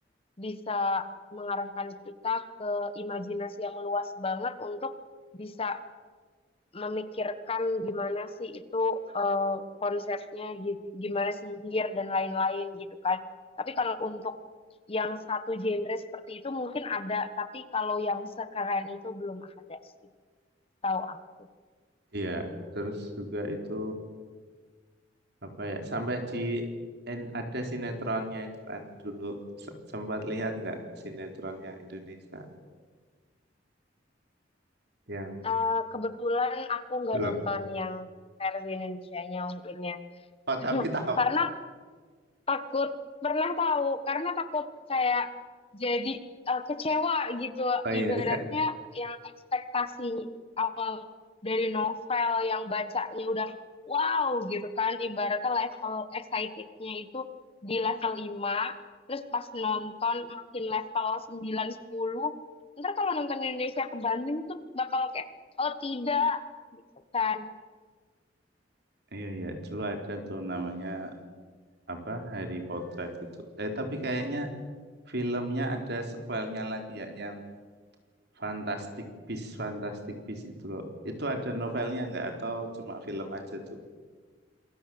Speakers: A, on the left; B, on the right.
A: Bisa mengarahkan kita ke imajinasi yang luas banget untuk bisa memikirkan gimana sih itu eh, konsepnya gitu, gimana sihir dan lain-lain gitu kan. Tapi kalau untuk yang satu genre seperti itu mungkin ada, tapi kalau yang sekeren itu belum ada sih, tahu aku.
B: Iya, terus juga itu. apa ya sampai di en- ada sinetronnya itu kan dulu se- sempat lihat nggak sinetronnya Indonesia yang
A: Eh, kebetulan aku nggak
B: Belum.
A: nonton yang versi Indonesia-nya mungkin ya.
B: oh
A: <laughs>
B: tapi tahu
A: Karena takut pernah tahu karena takut kayak jadi eh, kecewa gitu
B: oh
A: ibaratnya
B: iya iya
A: yang ekspektasi awal dari novel yang bacanya udah wow gitu kan ibaratnya level excitednya itu di level 5 terus pas nonton makin level 9 10 ntar kalau nonton Indonesia ke Bandung tuh bakal kayak oh tidak gitu kan
B: Iya, iya. Dulu ada tuh namanya apa Harry Potret gitu. Eh, tapi kayaknya filmnya ada sequelnya lagi ya, yang Fantastic Beasts, Fantastic Beasts itu loh. Itu ada novelnya nggak atau cuma film aja tuh?